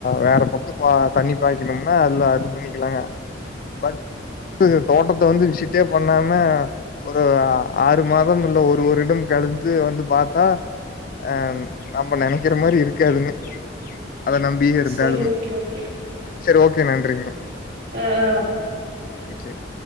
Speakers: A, on the left; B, on the right.
A: வேற பக்க பா தண்ணி பாய்க்ணுனா அதுல அது பண்ணி நிக்கலாங்க பட் தோட்டத்த வந்து விசிட்டே பண்ணாம ஒரு ஆறு மாதம் இல்ல ஒரு வருடம் கழித்து வந்து பாத்தா ஆ நம்ப நெனைக்ற மாரி இருக்காதுங்க அத நம்பியே இருந்தாலு
B: சேரி ஓகே ஓகே
A: சரி ஓகே நன்றிங்மா
B: ஆ ஆ
A: சேர்